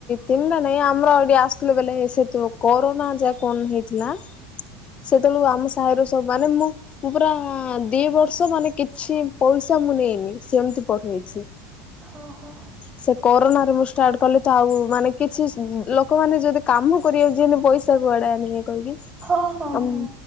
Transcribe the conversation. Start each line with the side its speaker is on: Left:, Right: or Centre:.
Left: ତିନିଣ୍ଡା ନାଇଁ ଆମର ଏଠି ଆସୁଥିଲେ ବେଲେ ସେତୁ କୋରୋନା ଯାକ୍ ଫୋନ୍ ହେଇଥିଲା ସେତେବେଳୁ ଆମ ସାହିରୁ ସବୁ ମାନେ ମୁଁ ମୁଁ ପୁରା ଦି ବର୍ଷ ମାନେ କିଛି ପଇସା ମୁଁ ନେଇନି ସେମିତି ପଢେଇଚି।
Right: ହ ହଉ।
Left: ସେ କରୋନାରେ ମୁଁ ଷ୍ଟାର୍ଟ କଲି ତ ଆଉ ମାନେ କିଛି ଲୋକମାନେ ଯଦି କାମ କରିଆକୁ ଯିବେନି ପଇସା ପଇସା କୁଡେ ଆଣି ବେ କହିକି
Right: ହଁ ହଁ
Left: ଆମ୍
Right: ହଁ